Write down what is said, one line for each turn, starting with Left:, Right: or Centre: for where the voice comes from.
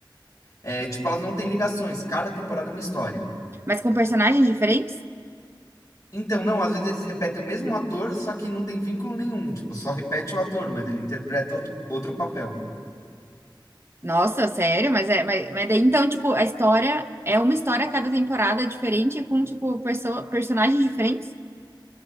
Left: É, tipo, elas não têm ligações. Cada temporada é uma história.
Right: Mas com personagens diferentes?
Left: Então, não, às vezes eles repetem o mesmo ator, só que não tem vínculo nenhum. Tipo, só repete o ator, mas ele interpreta outro, outro papel.
Right: Nossa, sério? Mas é, mas, mas daí, então, tipo, a história é uma história a cada temporada diferente com, tipo, perso personagens diferentes?